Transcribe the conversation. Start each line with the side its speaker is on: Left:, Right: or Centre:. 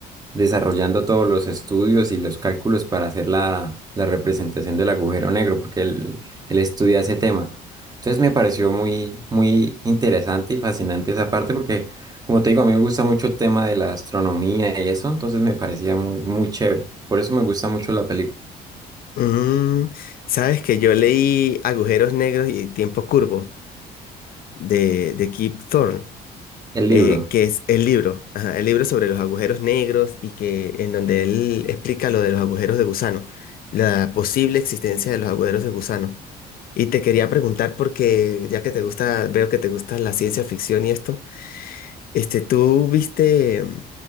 Right: desarrollando todos los estudios y los cálculos para hacer la, la representación del agujero negro, porque él, él estudia ese tema. Entonces me pareció muy, muy interesante y fascinante esa parte, porque como te digo, a mí me gusta mucho el tema de la astronomía y eso, entonces me parecía muy, muy chévere. Por eso me gusta mucho la película,
Left: Mm, sabes que yo leí Agujeros Negros y Tiempo Curvo de, de Kip Thorne,
Right: el libro.
Left: eh, que es el libro, ajá, el libro sobre los agujeros negros y que en donde él explica lo de los agujeros de gusano, la posible existencia de los agujeros de gusano. Y te quería preguntar porque ya que te gusta, veo que te gusta la ciencia ficción y esto, este, ¿tú viste mm,